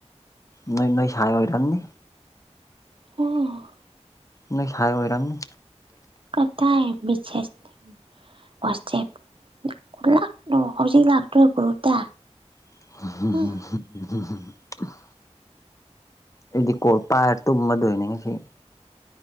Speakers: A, on the left (about 25°); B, on the right (about 50°).
A: ꯅꯣꯏ ꯅꯣꯏ ꯁꯥꯏ ꯑꯣꯏꯔꯝꯅꯤ
B: <unintelligible>
A: ꯅꯣꯏ ꯁꯥꯏ ꯑꯣꯏꯔꯝꯅꯤ
B: ꯀꯗꯥꯥꯏ ꯃꯤꯁꯦꯁ ꯋꯥꯆꯦꯞ <unintelligible> ꯍꯧꯖꯤꯛ ꯂꯥꯛꯇ꯭ꯔꯣ ꯒ꯭ꯔꯨꯞꯇ
A: <unintelligible>
B: ꯎꯝ
A: ꯑꯩꯗꯤ ꯀꯣꯜ ꯄꯥꯏꯔ ꯇꯨꯝꯃꯗꯣꯏꯅꯤ ꯉꯁꯤ